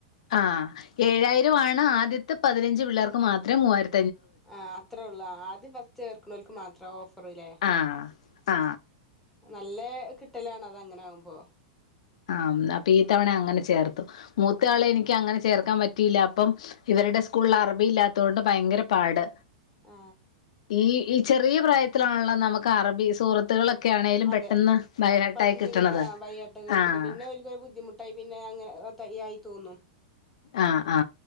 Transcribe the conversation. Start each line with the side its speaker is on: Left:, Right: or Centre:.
Left: ആ ഏഴായിരം ആണ് ആദ്യത്തെ പതിനഞ്ച് പിള്ളേർക്ക് മാത്രം മൂവായിര
Centre: ആ അത്രേ ഒള്ളു ആദ്യം ഫസ്റ്റ് ചേർക്കുന്നവർക്ക് മാത്രം ഓഫറ് ല്ലേ
Left: ആ ആ
Centre: നല്ല കിട്ടലാണ് അത് അങ്ങനെ ആവുമ്പോ
Left: ആ അപ്പൊ ഈ തവണ അങ്ങനെ ചേർത്ത് മൂത്ത
Centre: ആഹ്
Left: ആളെ എനിക്ക് അങ്ങനെ ചേർക്കാൻ പറ്റിയില്ല അപ്പം ഇവരുടെ സ്കൂളിൽ അറബി ഇല്ലാത്തത് കൊണ്ട് ഭയങ്കര പാട്
Centre: ആ
Left: ഈ ഈ ചെറിയ പ്രായത്തിലാണല്ല നമുക്ക് അറബി സുഹൃത്തുകളൊക്കെ ഒക്കെ ആണേലും
Centre: അതെ
Left: പെട്ടെന്ന് ബൈഹേർട്ടായി
Centre: പടിഞ്ഞ്
Left: കിട്ടണത്
Centre: കിട്ട ആഹ് വയ്യാട്ടൊക്കെ
Left: ആഹ്
Centre: പിന്നെ ബു <inaudible> മുട്ടായി പിന്നെ അങ്ങനെ ആയി തോന്നു
Left: ആ ആ